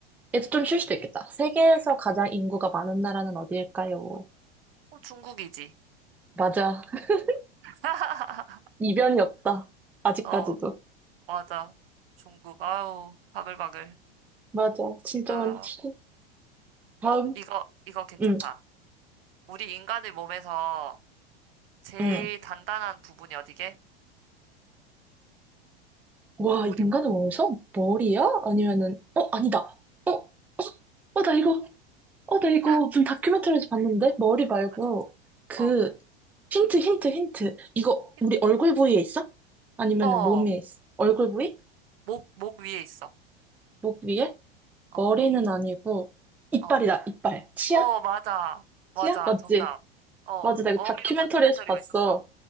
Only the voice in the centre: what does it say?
얘도 좀 쉴 수도 있겠다. 세계에서 가장 인구가 많은 나라는 어디일까요?
맞아. <laughs>
이변이 없다. 아직까지도.
맞아. 진짜
많지. 다음.
응,
응.
와,
인간의
원성? 머리야?
아니면은, 어, 아니다. 어, 어, 나 이거, 어, 나 이거
무슨 다큐멘터리에서 봤는데? 머리 말고,
그,
힌트, 힌트, 힌트. 이거,
우리 얼굴 부위에 있어? 아니면은
몸에 있어? 얼굴 부위?
목 위에? 머리는
아니고, 이빨이다,
이빨. 치아?
치아? 맞지?
맞아, 나 이거
다큐멘터리에서
봤어.